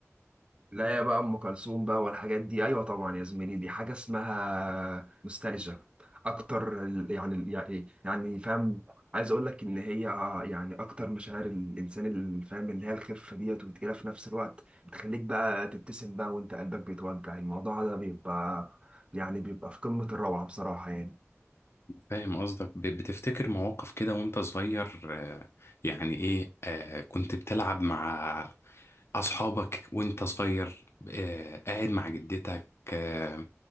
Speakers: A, on the right (about 20°); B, on the left (about 55°).
A: لا يا بقى ام كلثوم بقى والحاجات دي ايوه طبعا يا زميلي دي حاجه اسمها نوستالجيا اكتر ال- يعني يعني يعني فاهم عايز اقول لك ان هي يعني اكتر مشاعر الانسان اللي فاهم اللي هي الخفه ديت وتقيله في نفس الوقت بتخليك بقى تبتسم بقى وانت قلبك بيتوجع الموضوع ده بيبقى يعني بيبقى في قمه الروعه بصراحه يعني
B: فاهم قصدك ب... بتفتكر مواقف كده وأنت صغير آه، يعني إيه آه، كنت بتلعب مع أصحابك وأنت صغير آه، قاعد مع جدتك آه،